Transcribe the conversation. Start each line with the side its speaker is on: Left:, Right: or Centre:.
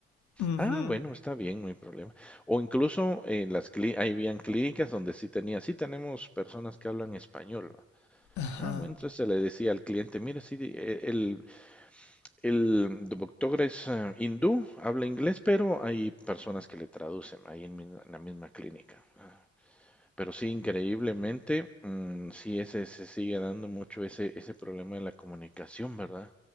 Left: Uh
Centre: Ah,
Left: -huh.
Centre: bueno, está bien, no hay problema. O incluso eh, las cli- ahí habían clínicas donde sí tenía, sí tenemos personas que hablan español. ¿va?
Left: Ajá.
Centre: Ah, bueno, entonces se le decía al cliente, mire, sí, eh, el, el doctor es eh, hindú, habla inglés, pero hay personas que le traducen ahí en, mi- en la misma clínica. Ah, Pero sí, increíblemente, mm, sí, ese, se sigue dando mucho ese, ese problema de la comunicación, ¿verdad?